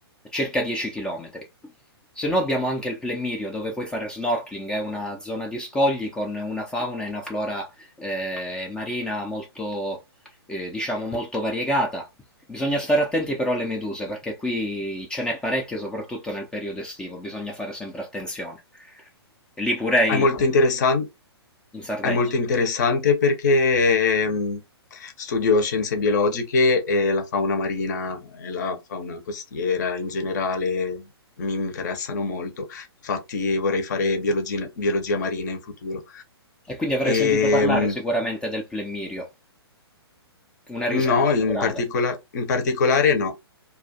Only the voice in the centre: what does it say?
circa 10 chilometri. Se no abbiamo anche il Plemirio dove puoi fare snorkeling, è eh, una zona di scogli con una fauna e una flora eh, marina molto, eh, diciamo, molto variegata. Bisogna stare attenti però alle meduse, perché qui ce n'è parecchie, soprattutto nel periodo estivo, bisogna fare sempre attenzione. E Lì pure
i-
in Sardegna.
E quindi avrei sentito
parlare
sicuramente del plemmirio, una riserva
naturale.